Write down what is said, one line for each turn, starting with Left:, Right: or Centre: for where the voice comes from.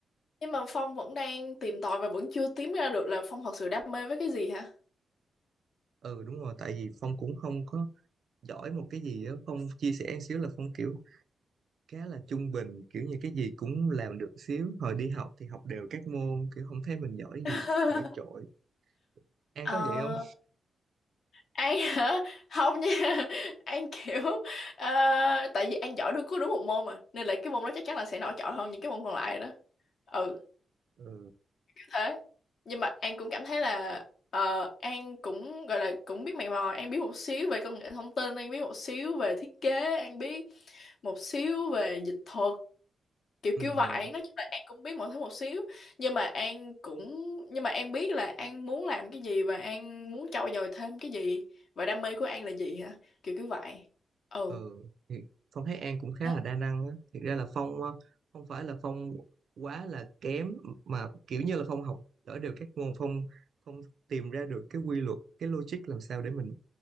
Left: nhưng mà Phong vẫn đang tìm tòi và vẫn chưa tìm ra được là Phong thật sự đam mê với cái gì hả
Right: ừ đúng rồi tại vì Phong cũng không có giỏi một cái gì á Phong chia sẻ một xíu là Phong kiểu khá là trung bình kiểu như cái gì cũng làm được xíu hồi đi học thì học đều các môn kiểu không thấy mình giỏi
Left: <laughs>
Right: gì nổi trội An
Left: Ờ
Right: có vậy không
Left: An hả? Không nha. <laughs> An kiểu ờ, tại vì An giỏi đúng cứ đúng một môn mà nên là cái môn đó chắc chắn là sẽ nổi trội hơn những cái môn còn lại đó. Ừ,
Right: ừ
Left: kiểu thế. Nhưng mà An cũng cảm thấy là ờ, An cũng gọi là cũng biết mày mò, An biết một xíu về công nghệ thông tin, An biết một xíu về thiết kế, An biết một xíu về dịch thuật kiểu
Right: Ừ,
Left: kiểu vậy nói chung là An cũng biết mọi thứ một xíu nhưng mà An cũng nhưng mà An biết là An muốn làm cái gì và An muốn trau dồi thêm cái gì và đam mê của An là gì hả kiểu kiểu vậy ừ
Right: ừ. Thì Phong thấy An cũng khá
Left: Đó.
Right: là đa năng á. Thực ra là Phong ờ, không phải là Phong quá là kém mà kiểu như là Phong học ở đều các môn Phong Phong tìm ra được cái quy luật, cái logic làm sao để mình